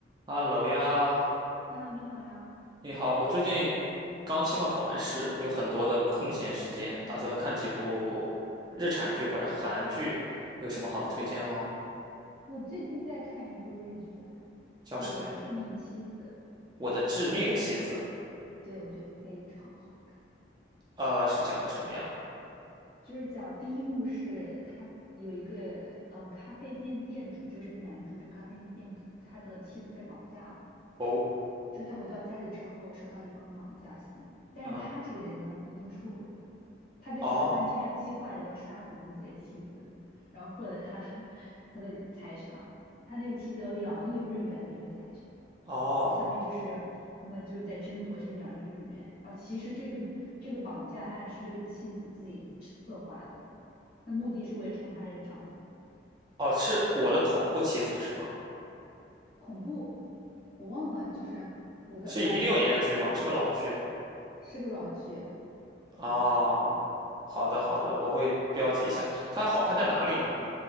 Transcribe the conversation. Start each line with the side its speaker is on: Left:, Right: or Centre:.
Right: 哈喽呀，
Left: Hello，你好呀，
Right: 你好，我最近刚期末考完试，有很多的空闲时间，打算看几部日产剧或者韩剧，有什么好的推荐吗？
Left: 我最近在看一部日剧，
Right: 叫什么呀？
Left: 叫《我的致命妻子》，
Right: 我的致命妻子，
Left: 我觉得非常，对，我觉得非常好看。
Right: 呃，是讲的什么呀？
Left: 就是讲第一幕是他有一个嗯咖啡店店主，就是这个男主是咖啡店店主，他的妻子被绑架了。
Right: 哦，
Left: 就是他回到家里之后收到一封绑架信，但是他这个人呢已经出轨了，
Right: 嗯，
Left: 他跟小三正在计划着要杀死自己的妻子，
Right: 哦，
Left: 然后获得他的 <laughs> 他的财产，他那个妻子有两亿日元的一个财产，
Right: 哦，
Left: 然后下面就是他们就是在争夺这两亿日元，然后其实这个这个绑架案是这个妻子自己策划的，那目的是为了惩罚这个丈夫，
Right: 哦，是我的恐怖妻子是吗？
Left: 恐怖，我忘了，就是我个反
Right: 是一六年的剧吗？是个老剧。
Left: 是个老剧，
Right: 哦，
Left: 对。
Right: 好的，好的，我会标记一下。它好看在哪里呢？